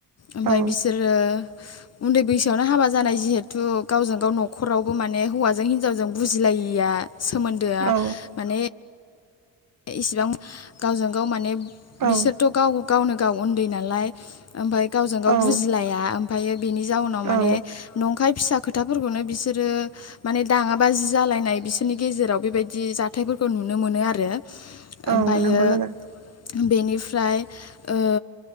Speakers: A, on the left; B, on the right.
A: ओमफाय
B: औ
A: बिसोरो उन्दै बैसोआवनो हाबा जानाय जिहेथु गावजों गाव नखरावबो माने हौवाजों हिनजावजों बुजिलायिया सोमोन्दोआ
B: औ
A: माने इसिबां गावजों गाव माने
B: औ
A: बिसोरथ गाव गावनो गाव उन्दै नालाय ओमफ्राय गावजों गाव
B: औ
A: बुजिलाया ओम <unintelligible> बेनि जाउनाव माने
B: औ
A: नंखाय फिसा खोथाफोरखौनो बिसोरो माने दाङाबाजि जालायनाय बिसोरनि गेजेराव बेबायदि जाथायफोरखौ नुनो मोनो आरो। ओमफायो
B: औ नंगौ लोगो।
A: बेनिफ्राय ओ